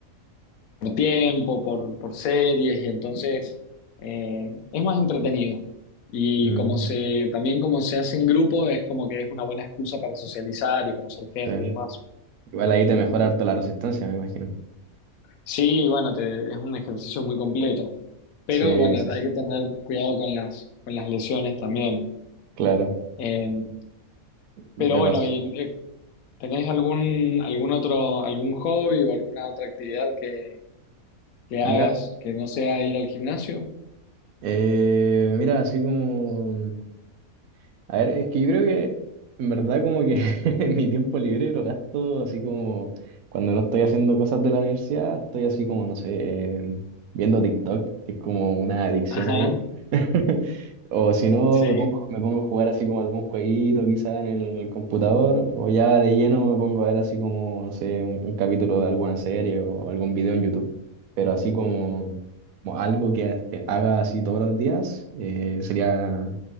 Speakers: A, on the left; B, on the right.
A: tiempo, por, por series, y entonces eh, es más entretenido. Y
B: Mm,
A: como se, también como se hace en grupo, es como que es una buena excusa para socializar y conocer gente
B: sí.
A: y demás.
B: Igual ahí te mejora harto la resistencia, me imagino.
A: Sí, bueno, te- es un ejercicio muy completo, pero
B: Sí,
A: bueno,
B: sí, sí,
A: hay que tener cuidado con las, con las lesiones también.
B: claro.
A: Eh,
B: Me
A: pero bueno,
B: pasó.
A: y, eh, ¿tenés algún, algún otro, algún hobby o alguna otra actividad que, que
B: Mira,
A: hagas que no sea ir al gimnasio?
B: eh, mira, así como A ver, es que yo creo que en verdad como que <laughs> mi tiempo libre lo gasto así como cuando no estoy haciendo cosas de la universidad, estoy así como, no sé, eh, viendo TikTok, que es como una adicción
A: Ajá,
B: ahí. <laughs> O si no,
A: sí.
B: me pongo, me pongo a jugar así como algún jueguito quizá en el, en el computador, o ya de lleno me pongo a ver así como, no sé, un, un capítulo de alguna serie o algún video en YouTube, pero así como, como algo que este, haga así todos los días, eh, sería